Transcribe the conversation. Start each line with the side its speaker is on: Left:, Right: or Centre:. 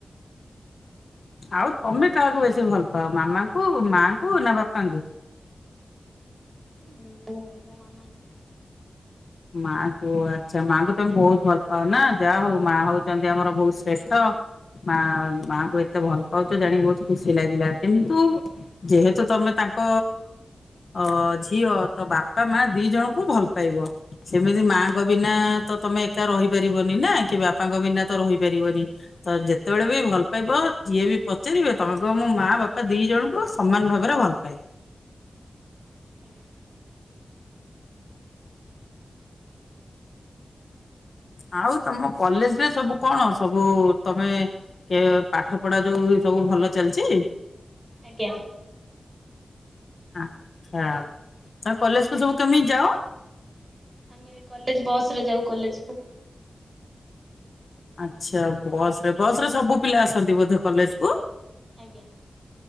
Left: ଆଉ ତମେ କାହାକୁ ବେଶୀ ଭଲ ପାଅ ମାମାଙ୍କୁ ମାଙ୍କୁ ନା ବାପାଙ୍କୁ।
Right: ହଁ ମୁଁ ମୋ ମାମା ଙ୍କୁ
Left: ମା ଙ୍କୁ ଆଚ୍ଛା ମା ଙ୍କୁ ତମେ ବହୁତ ଭଲ ପାଅ ନା ଯାହା ହଉ ମା ହଉଛନ୍ତି ଆମର ବହୁତ ଶ୍ରେଷ୍ଠ ମା ମା ଙ୍କୁ ଏତେ ଭଲ ପାଉଛ ଜାଣିି ବହୁତ ଖୁସି ଲାଗିଲା କିନ୍ତୁ ଯେହେତୁ ତମେ ତା ତାଙ୍କ ଅ ଝିଅ ତ ବାପା ମା ଦି ଜଣଙ୍କୁ ଭଲ ପାଇବ ସେମିତି ମାଙ୍କ ବିନା ତ ତମେ ଏକା ରହିପାରିବନି ନା କି ବାପାଙ୍କ ବିନା ତ ରହିପାରିବନି। ତ ଯେତେବେଳେ ବି ଭଲ ପାଇବ ଯିଏ ବି ପଚାରିବ ତମେ କହିବ ମୁଁ ମା ବାପା ଦି ଜଣଙ୍କୁ ସମାନ ଭାବରେ ଭଲ ଭଲ ପାଏ।
Right: ଆଜ୍ଞା
Left: ଆଉ ତମ କଲେଜ ରେ ସବୁ କଣ ସବୁ ତମେ କେ ପାଠ ପଢା ଯୋଉ ସବୁ ଭଲ ଚାଲିଛି
Right: ଆଜ୍ଞା।
Left: ହ ତମେ କଲେଜକୁୁ ସବୁ କେମିତି ଯାଅ।
Right: ଆମେ କଲେଜ ବସ ରେ ଯାଉ କଲେଜ କୁ
Left: ଆଚ୍ଛା ବସ ରେ ବସ ରେ ସବୁ ପିଲା ଆସନ୍ତି ବୋଧେ କଲେଜ କୁ
Right: ଆଜ୍ଞା।